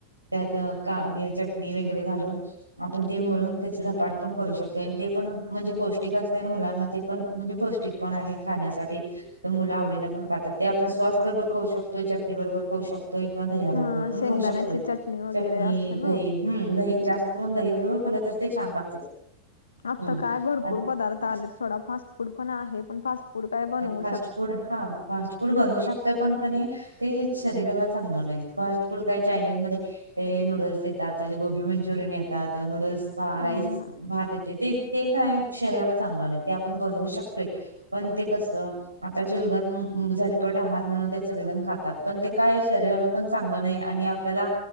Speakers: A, on the right; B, on the left.
A: त्यात का चटणी वगैरे घालून आपण ते मळून त्याच धपाट पण करू शकतो. ते पण म्हणजे पौष्टिक असते ना मुलांना ते पण म्हणजे पौष्टिक पण आहे खाण्यासाठी. मुलं आवडीने पण खातात. ते आपण स्वास बरोबर खाऊ शकतोय, चटणी बरोबर खाऊ शकतोय, दह्याबरोबर
B: हा
A: पण
B: शेंगदाण्याची
A: खाऊ शकतोय,
B: चटणी वगैरे
A: चटणी
B: असते ना
A: दही हम्म दही जास्त आपण दही बरोबर खाल्ला तर ते छान लागतात.
B: आत्ता
A: हम्म.
B: काय भरपूर
A: अच्छा
B: पदार्थ आले सोडा, फास्ट फूड पण आहे, पण फास्ट फूड काय बनव
A: फास्ट फूड हा फास्ट फूड बनवू शक ते पण कनी ते शरीराला चांगलं नाही. फास्ट फूड काय चायनीज मध्ये ते नूडल्स येतात, गोबी मंचुरियन येतात, नूडल्स राईस
B: अ
A: भात येते ते, ते काय शरीराला चांगलं नाही, ते आपण बनवू शकतोय पण ते कसं आताच्या युगात झटपट आहार म्हणून ते सगळेजण खातात, पण ते काय शरीराला पण चांगलं नाही आणि आपल्याला